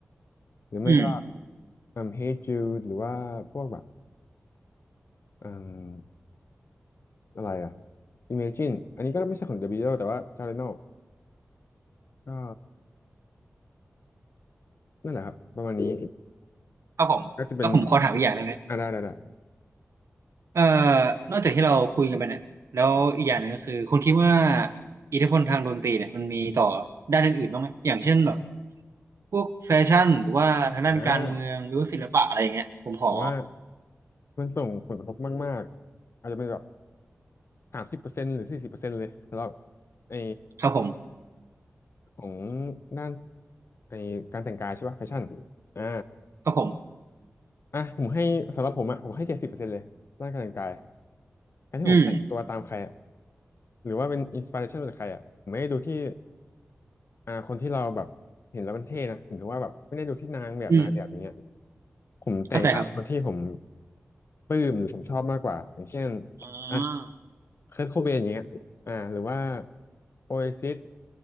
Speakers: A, on the left (about 60°); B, on the right (about 85°).
A: ๆหรือไม่ก็
B: อืม
A: um, Hey Jude หรือว่าพวกแบบอืมอะไรอะ Imagine อันนี้ก็ไม่ใช่ของ The Beatles แต่ว่า j a r e n o ก็ นั่นแหละครับประมาณนี้
B: ครับผมแล้วผมขอถามอีกอย่างได้ไหม
A: ก็จะเป็นอ่าได้ได้ได้
B: เอ่อนอกจากที่เราคุยกันไปเนี่ยแล้วอีกอย่างหนึ่งก็คือคุณคิดว่าอิทธิพลทางดนตรีเนี่ยมันมีต่อด้านอื่นๆบ้างไหมอย่างเช่นแบบพวกแฟชั่นหรือว่าทางด้านการเมืองหรือว่าศิลปะอะไรอย่างเงี้ยผมขอ
A: อ่าผมว่ามันส่งผลกระทบมากๆอาจจะเป็นแบบสามสิบเปอร์เซ็นต์หรือสี่สิบเปอร์เซ็นต์เลยสำหรับไอ
B: ครับผม
A: ของด้านไอการแต่งกายใช่ป่ะแฟชั่นอ่า
B: ครับผม
A: อ่ะผมให้สำหรับผมอ่ะผมให้เจ็ดสิบเปอร์เซ็นต์เลยด้านการแต่งกายการที่ผมแต่งตัวตามใครอ่ะ
B: อืม
A: หรือว่าเป็นอินสปิเรชันมาจากใครอ่ะผมไม่ได้ดูที่อ่าคนที่เราแบบเห็นแล้วมันเท่นะหรือว่าแบบไม่ได้ดูที่นางแบบนายแบบอย่างเงี้ย
B: อืม
A: ผมแต่งตามคนที่ผม
B: เข้าใจครับ
A: ปลื้มหรือผมชอบมากกว่าอย่างเช่น
B: อ่
A: อ่ะ
B: า
A: เคิร์ทโคเบนอย่างเงี้ยอ่าหรือว่าโอเอซิส